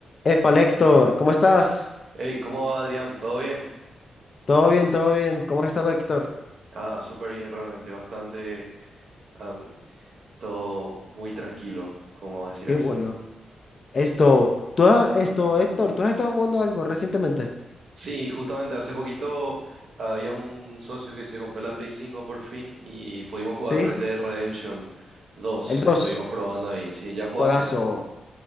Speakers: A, on the left; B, on the right.
A: Epa, Héctor, ¿cómo estás?
B: Hey, ¿cómo va Adrián? ¿Todo bien?
A: Todo bien, todo bien. ¿Cómo has estado, Héctor?
B: Ah, súper bien realmente, bastante, am, todo muy tranquilo, como decir
A: Qué
B: así.
A: bueno. Esto, tú has- esto, Héctor, ¿tú has estado jugando algo recientemente?
B: Sí, justamente hace poquito había un socio que se compró la Play cinco por fin y pudimos jugar
A: Sí,
B: Red Dead Redemption dos.
A: el 2,
B: estuvimos probando ahí. Sí, ¿ya jugaste?
A: juegazo.